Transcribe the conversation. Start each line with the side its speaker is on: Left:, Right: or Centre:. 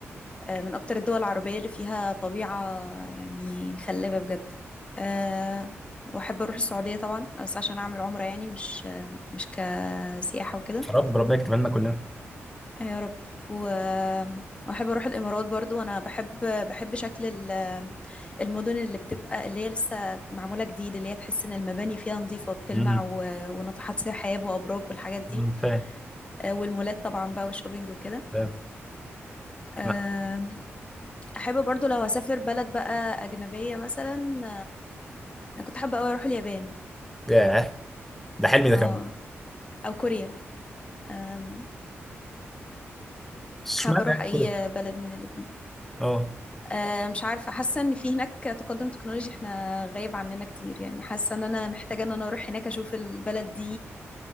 Left: آه، من اكتر الدول العربية اللي فيها طبيعة يعني خلابة بجد آه، واحب اروح السعودية طبعا بس عشان اعمل عمرة يعني مش آه، مش كسياحة وكده
Centre: يا رب ربنا يكتبها لنا كلنا
Left: آه، يا رب و... واحب اروح الامارات برضو انا بحب بحب شكل ال- المدن اللي بتبقى اللي هي لسه معمولة جديد اللي هي تحس ان المباني فيها نظيفة وبتلمع
Centre: امم
Left: و... وناطحات سحاب وابراج والحاجات دي
Centre: أمم، فاهم
Left: آه، والمولات طبعا بقى والشوبينج وكده
Centre: فاهم
Left: آه،
Centre: لا
Left: احب برضو لو هسافر بلد بقى اجنبيه مثلا آم، انا كنت حابه قوي اروح اليابان
Centre: ياه ده حلمي ده
Left: اه
Centre: كمان
Left: او كوريا آم،
Centre: بس اشمعنى
Left: حابه اروح
Centre: يعني
Left: اي
Centre: كده؟
Left: بلد من الاتنين
Centre: اه
Left: آه، مش عارفه حاسه ان في هناك تقدم تكنولوجي احنا غايب عننا كتير يعني حاسه ان انا محتاجه ان انا اروح هناك اشوف البلد دي